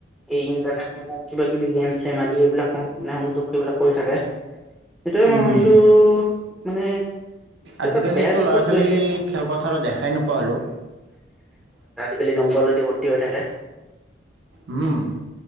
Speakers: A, in the centre; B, on the right (about 70°).
A: এই ইন্টাৰনেটসমূহ কিবা কিবি গেম । গেম আদি এইবিলাক কওঁ । মানে সংযোগ সেইবিলাক কৰি থাকে সেইটোৱে
B: উম,
A: মই ভাবিছোঁ।
B: উম।
A: মানে এইটো
B: আজিকালিতো
A: এটা বেয়া দিশত
B: ল'ৰা ছোৱালী
A: গৈছে
B: খেলপথাৰত দেখাই নোপোৱা হ'লো।
A: কেইলে জংঘলত । ভৰ্তি হৈ থাকে।
B: উম,